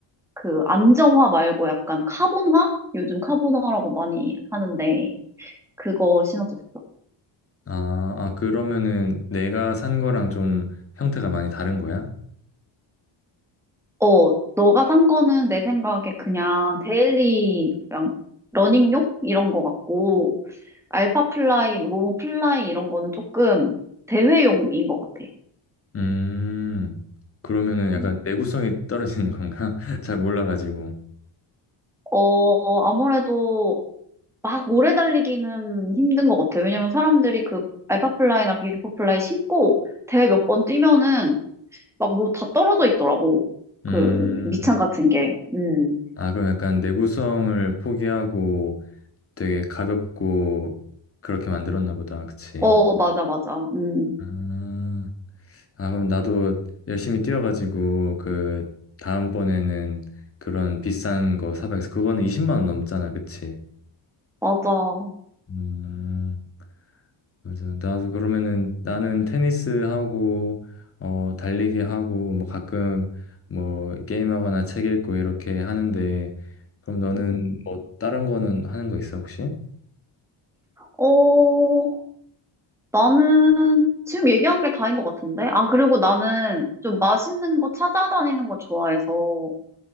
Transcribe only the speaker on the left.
아, 아, 그러면은 내가 산 거랑 좀 형태가 많이 다른 거야?
음, 그러면은 약간
내구성이 떨어지는 건가? <laughs> 잘 몰라가지고.
음,
아, 그럼 약간 내구성을 포기하고 되게 가볍고 그렇게 만들었나 보다. 그치?
아, 아, 그럼 나도 열심히 뛰어가지고 그 다음번에는 그런 비싼 거 사봐야겠어. 그거는 20만 원 넘잖아. 그치?
음, 맞아. 나도 그러면은 나는 테니스 하고 어 달리기 하고 뭐 가끔 뭐 게임하거나 책 읽고 이렇게 하는데 그럼 너는
뭐 다른 거는 하는 거 있어 혹시?